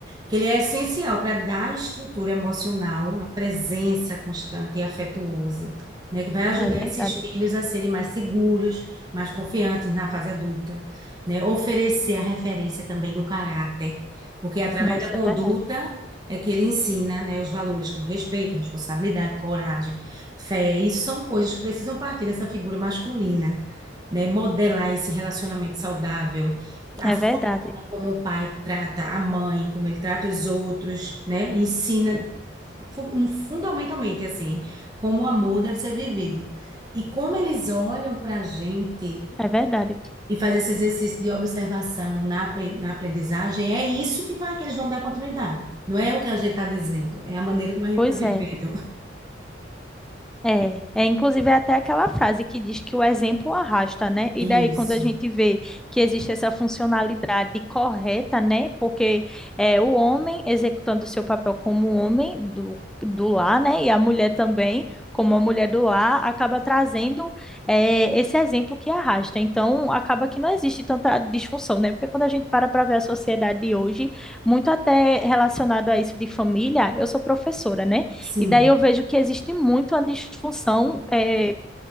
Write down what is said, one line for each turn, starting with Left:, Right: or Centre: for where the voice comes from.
Right: que ele é essencial para dar estrutura emocional, a presença constante e afetuosa, né, que vai ajudar
Centre: É verdade.
Right: esses filhos a serem mais seguros, mais confiantes na fase adulta, né? Oferecer a referência também do caráter, porque é através
Centre: Nossa,
Right: da conduta
Centre: é verdade.
Right: é que ele ensina, né, os valores como respeito, responsabilidade, coragem, fé. Isso são coisas que precisam partir dessa figura masculina né, modelar esse relacionamento saudável, a
Centre: É
Right: forma
Centre: verdade,
Right: como o pai trata a mãe, como ele trata os outros, né, ensina fu- fundamentalmente assim como o amor deve ser vivido e como eles olham para a gente
Centre: é verdade.
Right: e faz esse exercício de observação na, apren- na aprendizagem, é isso que vai que eles vão dar continuidade. Não é o que a gente está dizendo, é a maneira como a gente
Centre: Pois
Right: está vivendo.
Centre: é. É, é, inclusive é até aquela frase que diz que o exemplo arrasta, né? E
Right: Isso,
Centre: daí, quando a gente vê que existe essa funcionalidade correta, né? Porque é o homem executando o seu papel como homem do, do lar, né? E a mulher também, como a mulher do lar, acaba trazendo é, esse exemplo que arrasta. Então, acaba que não existe tanta disfunção, né? Porque quando a gente para para ver a sociedade de hoje, muito até relacionado a isso de família, eu sou professora, né?
Right: sim,
Centre: E daí eu vejo que existe muito a disfunção é,